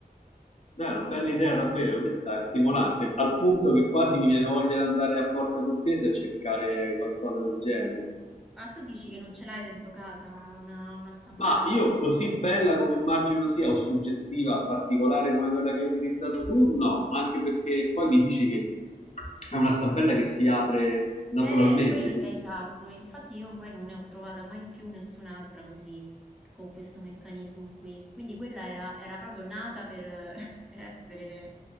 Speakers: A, on the left; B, in the centre.
A: Beh, è una bella
B: Eh,
A: idea davvero, questa è stimolante, al punto che quasi mi viene voglia di andare a Porta Portese a cercare qualcosa del genere.
B: ah, tu dici che non ce l'hai dentro casa una, una stampella
A: Ma io
B: così?
A: così bella come immagino sia o suggestiva, particolare come quella che hai utilizzato tu, no, anche perché poi mi dici che è una stampella che si apre naturalmente,
B: Eh, quello,
A: quindi
B: eh, esatto, infatti io poi non ne ho trovata mai più nessun'altra così, con questo meccanismo qui. Quindi quella era, era proprio nata per, <laughs> per essere